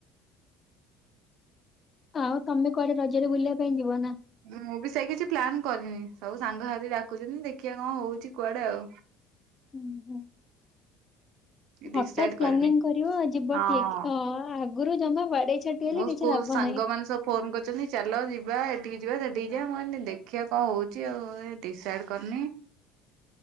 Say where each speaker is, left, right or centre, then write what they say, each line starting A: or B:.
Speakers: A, on the left; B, on the right.
A: ଆଉ ତମେ କୁଆଡେ ରଜରେ ବୁଲିବା ପାଇଁ ଯିବ ନା।
B: ମୁଁ ବି ସେଇ କିଛି ପ୍ଲାନ କରିନି ସବୁ ସାଙ୍ଗ ସାଥି ଡାକୁୁଛନ୍ତି, ଦେଖିବା କଣ ହଉଛି କୁଆଡେ ଆଉ।
A: ହୁଁ ହୁଁ। ହଠାତ୍
B: ଡିସାଇଡ୍
A: ପ୍ଲାନିଂ
B: କରିନି
A: କରିବ ଯିବ
B: ହଁ।
A: ଠିକ ହଁ ଆଗରୁ ଜମା। ବାଡେଇ ଛାଟି ହେଲେ
B: ମୋ ସ୍କୁଲ
A: କିଛି ଲାଭ
B: ସାଙ୍ଗମାନେ
A: ନାହିଁ।
B: ସବୁ ଫୋନ କରିୁଛନ୍ତି ଚାଲ ଯିବା ଏଠିକି ଯିବା ସେଠିକି ଯିବା ମୁଁ କହିନି ଦେଖିବା କଣ ହଉଛି ଆଉ ଡିସାଇଡ୍ କରିନି।
A: <inaudible>